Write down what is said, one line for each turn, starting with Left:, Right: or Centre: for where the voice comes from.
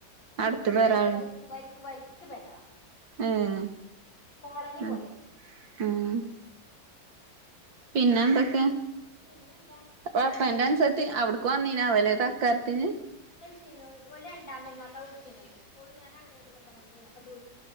Left: ഫുള്ള്
Right: അടുത്ത് വരാൻ
Left: വരിക്ക് വരിക്ക് വരിക്ക് പെരാളാ
Right: ഏഹ്
Left: കോളനി പോലേണ്
Right: ആഹ് ആഹ് പിന്നെ എന്തൊക്കെ
Left: പിന്നെന്താ
Right: അപ്പോ
Left: അങ്ങനെ
Right: ഫ്രണ്ട്
Left: പോണ്
Right: അന്സത്തീം അവിടെക്ക് വന്നീനി പിന്നെ ഓലെ തക്കാര്ത്തിന്
Left: പിന്നെ ഓലെ രണ്ടാം പെര്ന്നാക്കാ വിള്ച്ചീനേത് ഓള് ഞാനവിടെയനി <unintelligible> <unintelligible>